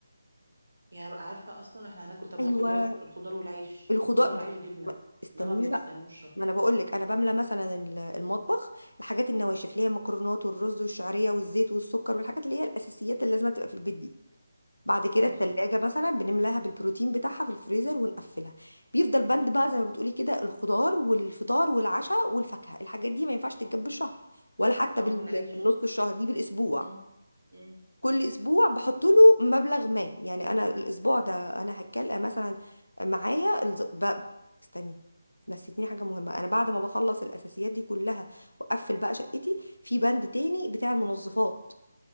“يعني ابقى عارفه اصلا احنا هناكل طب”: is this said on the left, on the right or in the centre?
Right